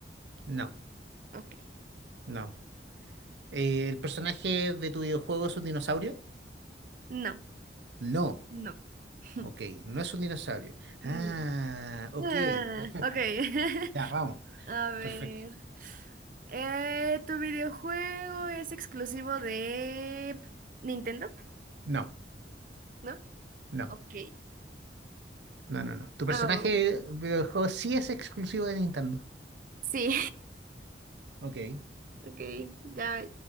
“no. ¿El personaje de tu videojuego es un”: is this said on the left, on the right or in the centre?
Right